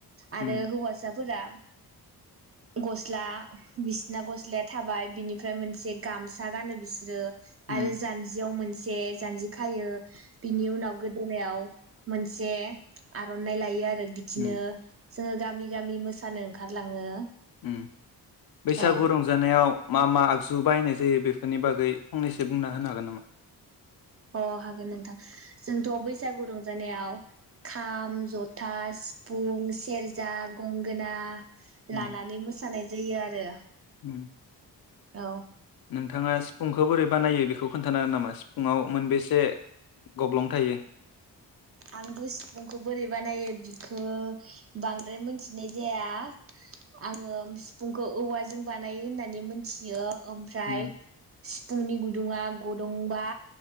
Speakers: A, on the right; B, on the left.
A: आरो
B: उम
A: हौवासा। फोरा गस्ला बिसिना गस्लाया थाबाय बिनिफ्राय मोनसे गामसा गानो बिसोरो।
B: उम
A: आरो जानजियाव मोन जे जानजि खायो बिनि उनाव गोदोनायाव मोनसे आरनाइ लायो आ ओ बिदिनो
B: उम
A: जोङो गामि गामि मोसानो ओंखारलाङो।
B: उम बैसागु
A: औ
B: रंजानायाव मा मा आगजु बायनाय जायो बेफोरनि बागै फंनैसो बुंना होनो हागोन नामा?
A: अ हागोन नोंथां जोंथ बैसागु रंजानायाव खाम जथा सिफुं सेरजा गंगोना।
B: उम
A: लानानै मोसानाय जायो आरो
B: उम
A: औ।
B: नोंथाङा सिफुंखौ बोरै बानायो बेखौ खोन्थानो हागोन नामा सिफुंआव मोनबेसे गब्लं थायो।
A: आंबो सिफुंखौ बोरै बानायो बिखौ बांद्राय मिथिनाय जाया आङो सिफुंखौ औवाजों बानायो होननानै मिथियो। ओमफ्राय
B: उम
A: सिफुंनि गुदुङा गुदुंबा